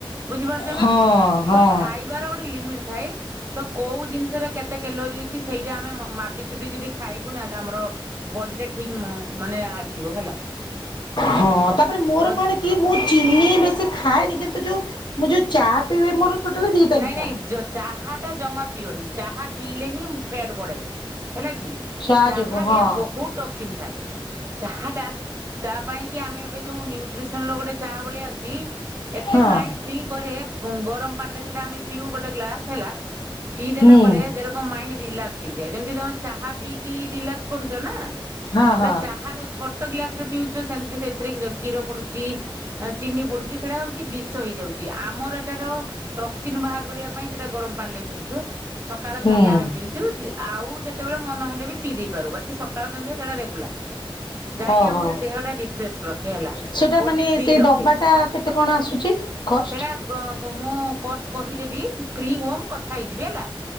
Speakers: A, on the right (about 30°); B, on the left (about 55°).
A: ବୁଝିପାରୁଛ
B: ହଁ
A: ନା
B: ହଁ।
A: ତ ଖାଇବାର ଗୋଟେ ଲିମିଟ ଥାଏ। ତ କୋଉ ଜିନିଷରେ କେତେ କ୍ୟାଲୋରି ଅଛି ସେଇଟା ଆମେ ମାପି ଚୁପି ଯଦି ଖାଇବୁ ନା ଆମର ବଡି ଟା ଠିକ ମାନେ ଆସିବ ହେଲା
B: ହଁ ତାପରେ ମୋର
A: ତ
B: କଣ କି ମୁଁ ଚିନି ବେଶୀ ଖାଏନି। କିନ୍ତୁ ଯୋଉ ମୁଁ ଯୋଉ ଚା ପିଇବି ମୋର ଟୋଟାଲି ଦି ଟାଇମ୍ସ।
A: ନାଇଁ ନାଇଁ ଯ ଚାହା ଟା ଜମା ପିଅନି। ଚାହା ପିଇଲେ ହିଁ ଫେଟ୍ ବଢେ। <inaudible> ହେଲା କି
B: ଚା
A: ଚାହାରେ
B: ଯୋଗୁ ହଁ।
A: ବହୁତ ଟକ୍ସିନ୍ ଥାଏ। ଚାହାଟା ତା ପାଇଁ କି ଆମେ ଏବେ ଯୋଉ ନ୍ୟୁଟ୍ରିସନ ର ଗୋଟେ ଚା ଭଳିଆ ଅଛି। ଏତେ
B: ହଁ
A: ମାଇଣ୍ଡ୍ ଫ୍ରି କରେ ଗରମ ପାଣିଲେ ପିଉ ଗୋଟେ ଗ୍ଲାସ ହେଲା। ପିଇ ଦେଲା
B: ହୁଁ
A: ପରେ ଜେରକମ ମାଇଣ୍ଡ୍ ରିଲାକ୍ସ ହେଇଯାଏ। ଯେମିତି ତମେ ଚାହା ପିଇକି ରିଲାକ୍ସ କରୁଛ ନା।
B: ହଁ
A: ଏଟା
B: ହଁ
A: ଚାହାର ଛୋଟ ଛୋଟ ଗ୍ଲାସ ରେ ପିଉଛ। ସେମତି ସେଥିରେ କି କ୍ଷୀର ପଡୁଛି, ଚିନି ପଡୁଛି, ସେଇଟା ହଉଛି ବିଷ ହେଇଯାଉଛି। ଆମର ଏଟାର ଟକ୍ସିନ ବାହାର କରିବା ପାଇଁ ସେଇଟା ଗରମ ପାଣିଲେ ପିଉଛୁ। ସକାଳେ
B: ହୁଁ
A: ସନ୍ଧ୍ୟା ଆମେ ପିଉଚୁ। ଆଉ ଯେତେବେଳେ ମନ ହେଲେ ବି ପିଇ ଦେଇପାରୁ। ବା କି ସକାଳ ସନ୍ଧ୍ୟା ସେଟା ରେଗୁଲାର ଯାହାକି
B: ଓହୋ।
A: ଆମକୁ ଦେହଟା ରିଫ୍ରେସ ରଖେ ହେଲା
B: ସେଇଟା
A: ବଡି
B: ମାନେ
A: ଫ୍ରି
B: ସେଇ
A: ରଖେ।
B: ଡବାଟା କେତେ କଣ ଆସୁଛି କଷ୍ଟ?
A: ସେଟା ପ ମୁଁ କଷ୍ଟ୍ କହିଦେବି ଫ୍ରି ହୁଅ ମୁଁ କଥା ହେଇଯିବି ହେଲା।